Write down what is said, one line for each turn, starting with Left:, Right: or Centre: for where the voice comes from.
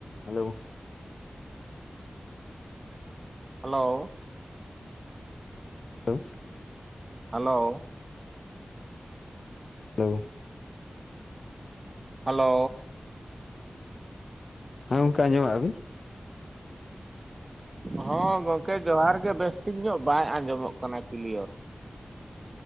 Left: Hello
Right: hello
Left: hello
Right: hello
Left: ᱞᱟᱹᱣᱩ
Right: hello
Left: ᱦᱮᱸ ᱜᱚᱝᱠᱮ ᱟᱸᱡᱚᱢᱮᱜ-ᱟ ᱵᱤᱱ?
Right: ᱦᱚᱸ ᱜᱚᱝᱠᱮ ᱡᱚᱦᱟᱨ ᱜᱮ ᱵᱮᱥ ᱴᱷᱤᱠ ᱧᱚᱜ ᱵᱟᱭ ᱟᱸᱡᱚᱢᱚᱜ ᱠᱟᱱᱟ ᱠᱞᱤᱭᱚᱨ